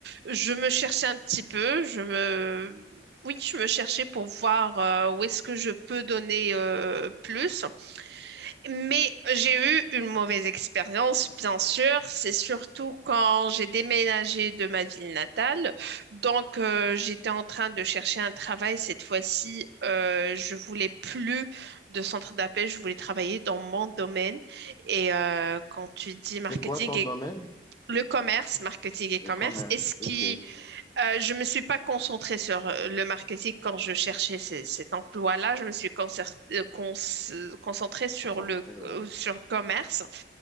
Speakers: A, on the right; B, on the left.
A: je me cherchais un petit peu. Je me... Oui, je me cherchais pour voir euh, où est-ce que je peux donner euh, plus. Mais j'ai eu une mauvaise expérience, bien sûr. C'est surtout quand j'ai déménagé de ma ville natale. Donc, euh, j'étais en train de chercher un travail. Cette fois-ci, euh, je voulais plus de centre d'appel. Je voulais travailler dans mon domaine. Et euh, quand tu dis
B: C'est
A: marketing
B: quoi ton
A: et
B: domaine?
A: le commerce, marketing et
B: Le
A: commerce,
B: commerce.
A: est-ce qui
B: Ok,
A: euh, je me suis pas concentrée sur euh, le marketing quand je cherchais ce- cet emploi-là. Je me suis concer- euh, cons- concentrée sur
B: concentré,
A: le,
B: ouais.
A: euh, sur le commerce